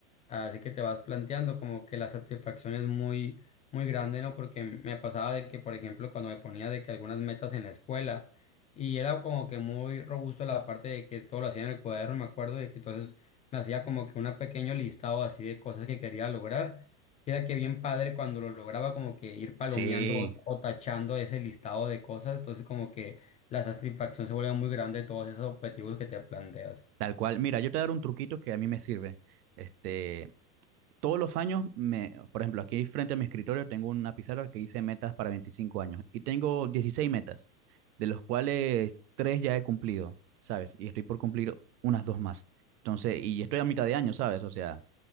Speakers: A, on the left; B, on the right.
A: Así que te vas planteando como que la satisfacción es muy, muy grande, ¿no? Porque me pasaba de que, por ejemplo, cuando me ponía de que algunas metas en la escuela, y era como que muy robusto la parte de que todo lo hacía en el cuaderno, me acuerdo de que entonces me hacía como que un pequeño listado así de cosas que quería lograr. Y era que bien padre cuando lo lograba como que ir palomeando
B: Sí,
A: o, o tachando ese listado de cosas, entonces como que la satisfacción se vuelve muy grande de todos esos objetivos que te planteas.
B: Tal cual. Mira, yo te daré un truquito que a mí me sirve. Este, todos los años, me, por ejemplo, aquí frente a mi escritorio tengo una pizarra que hice metas para 25 años y tengo 16 metas, de los cuales tres ya he cumplido, ¿sabes? Y estoy por cumplir unas dos más. Entonces, y estoy a mitad de año, ¿sabes? O sea,